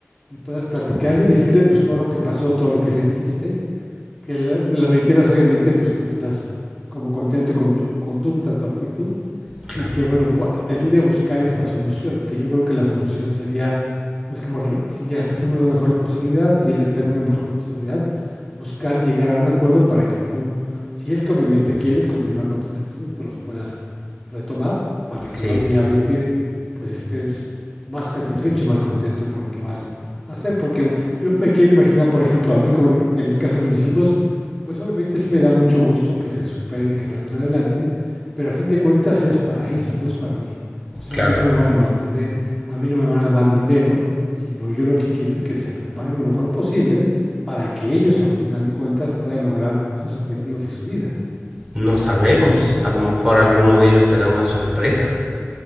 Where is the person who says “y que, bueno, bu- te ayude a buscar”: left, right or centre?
Centre